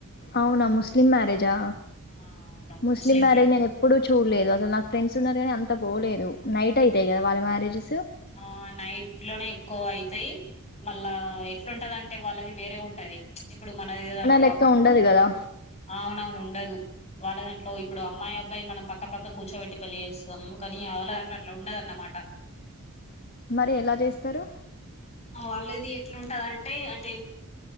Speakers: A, on the left; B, on the left.
A: అవునా ముస్లిం మ్యారేజా
B: ఆ అవును
A: ముస్లిం మ్యారేజ్
B: ఫ్రెండ్
A: నేను ఎప్పుడుూ చూడలేదు అసలు నాకు ఫ్రెండ్స్ ఉన్నారు కానీ అంత అంత పోలేదు నైట్ అయితాయి కదా వాళ్ళ మ్యారేజెస్
B: ఆ నైట్ లోనే ఎక్కువ అయితాయి మళ్ళా ఎట్లుంటదంటే వాళ్ళది వేరే ఉంటది ఇప్పుడు మన దాంట్లో
A: లెక్క ఉండదు కదా
B: అవున అవును ఉండదు వాళ్ళ దాంట్లో ఇప్పుడు అమ్మాయి అబ్బాయి మనం పక్క పక్క కూర్చోబెట్టి పెళ్లి చేస్తాము కానీ వాళ్ళ దాంట్లో అట్లా ఉండదన్నమాట
A: మరి ఎలా చేస్తారు
B: వాళ్ళ ఇది ఎట్లాంటదంటే అంటే